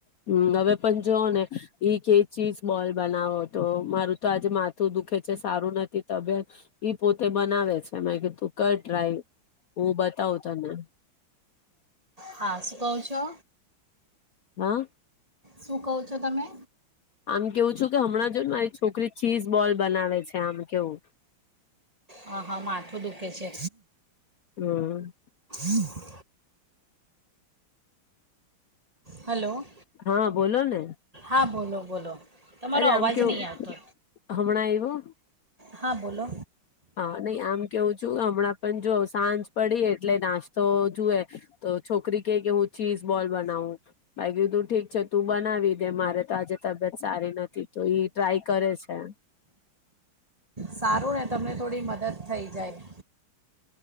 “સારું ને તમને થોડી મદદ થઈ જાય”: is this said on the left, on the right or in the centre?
Right